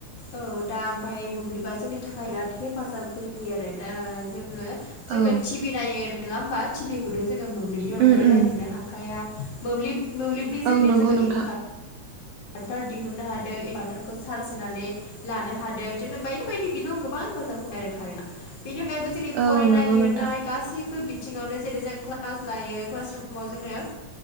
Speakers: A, on the left; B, on the right.
A: औ दा ओमफाय मोब्लिबा जोंनि थाखाय बिराद हेफाजाब होयो आरो दा जोङो जोङो
B: औ
A: टि भि नायो नङा होमबा टिभि खौथ' जोङो मोब्लिबनि अनगायै
B: उम उम
A: नायलिरनो हाखाया मोब्लिब मोब्लिबनिजोंनो
B: औ नंगौ
A: जोंङो
B: नोंथां
A: इनभार भार्टार दिहुननो हादों इनभार्टारखौ चार्ज होनानै लानो हादों बिदिनो बायदि बायदि बिनाव गोबां हेफाजाबखौ आरो खारेना बेनि अनगायैबो जों जोंनि
B: औ
A: फरायनाय
B: नंगौ
A: लिरनाय
B: नोंथां
A: गासैबो बिथिङावनो जेरै जों क्लास लायो क्लास रुमाव जोंनो